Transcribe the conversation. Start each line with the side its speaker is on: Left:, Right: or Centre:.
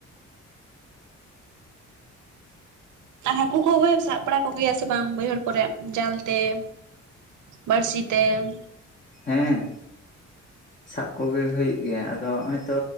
Right: ᱦᱟᱹᱠᱩ ᱠᱚ ᱜᱮ ᱥᱟᱵ ᱵᱟᱲᱟ ᱠᱚᱜᱮᱭᱟᱥᱮ ᱵᱟᱝ ᱵᱟᱹᱭᱦᱟᱹᱲᱼᱼ ᱨᱮᱜ ᱡᱟᱞ ᱛᱮ, ᱵᱟᱹᱲᱥᱤ ᱛᱮ, ᱼᱼ
Left: ᱦᱮᱸ ᱾
Right: <inaudible>
Left: ᱥᱟᱵ ᱠᱚᱜᱮ ᱦᱩᱭᱩᱜ ᱜᱮᱭᱟ, ᱟᱫᱚ ᱦᱚᱭ ᱛᱚ